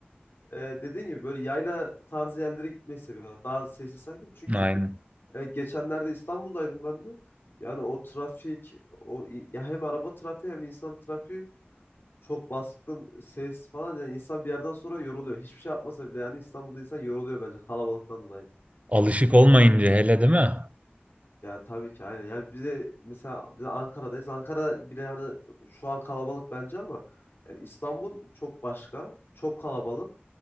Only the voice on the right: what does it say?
Aynen.
Alışık olmayınca hele değil mi?